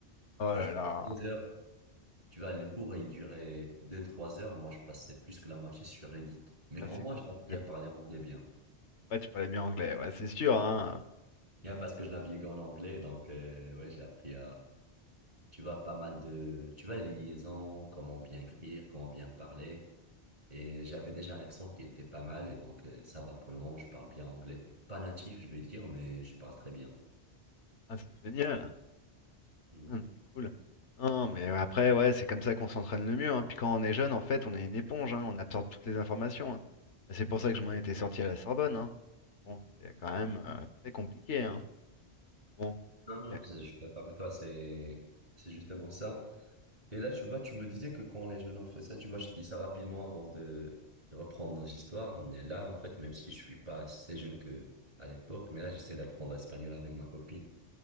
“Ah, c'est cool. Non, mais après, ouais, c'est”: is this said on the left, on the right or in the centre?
Left